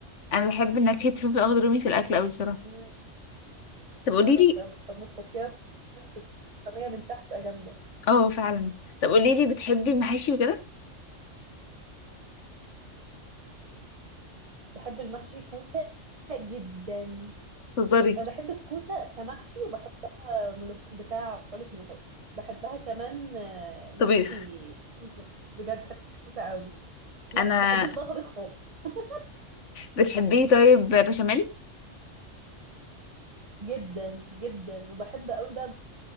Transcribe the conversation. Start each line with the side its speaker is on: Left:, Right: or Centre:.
Left: انا بحب نكهة الفلفل الاخضر الرومي في الاكل قوي بصراحة
Right: مم.
Left: طب قولي
Right: وانا
Left: لي
Right: بصراحه بتحب ما تحطيها في صينيه من تحت بقى جامده
Left: اه فعلا طب قولي لي بتحبي المحاشي وكده
Right: بحب المحشي كوسة جدا
Left: تهزري
Right: أنا بحب الكوسة كمحشي وبحبها ملوخ... بتاع بقولك ملوخية بحبها كمان آه، محشي
Left: طبيخ
Right: كوسة بجد بحب الكوسة قوي لا
Left: انا
Right: بحبوش بقى طبيخ خالص <laughs>
Left: بتحبيه طيب بشاميل
Right: جدا جدا وبحب قوي بقى